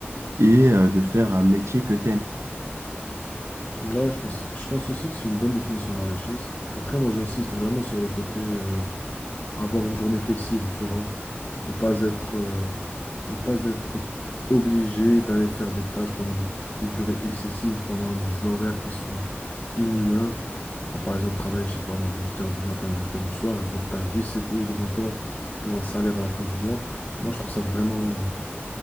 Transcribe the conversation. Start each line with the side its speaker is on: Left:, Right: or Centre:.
Right: et euh, de faire un métier que t'aimes.
Left: Ouais, je pense, je pense aussi que c'est une bonne définition de la richesse. Après, moi, j'insiste vraiment sur le côté, euh, avoir une journée flexible, tu vois. Ne pas être, euh, ne pas être obligé d'aller faire des tâches pendant des, des durées excessives, pendant des horaires qui sont inhumains. Genre par exemple travailler, je sais pas moi, de 8h du matin à 8 heures du soir et voir ta vie s'écouler devant toi pour un salaire à la fin du mois. Moi, je trouve ça vraiment,